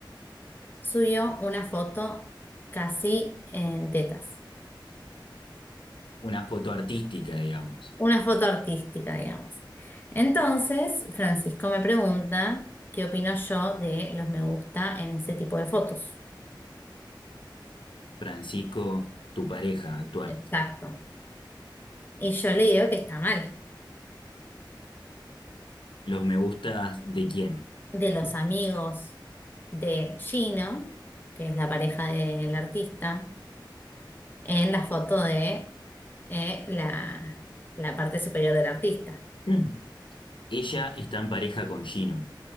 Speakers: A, on the left (about 25°); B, on the left (about 80°).
A: subió una foto casi en tetas,
B: Una foto artística, digamos.
A: una foto artística, digamos. Entonces, Francisco me pregunta qué opino yo de los me gusta en ese tipo de fotos.
B: Francisco, tu pareja actual.
A: Exacto. Y yo le digo que está mal.
B: ¿Los me gustas de quién? <clears throat>
A: de los amigos de Gino, que es la pareja del artista, en la foto de eh, la, la parte superior del artista.
B: Mm. Ella está en pareja con Gino.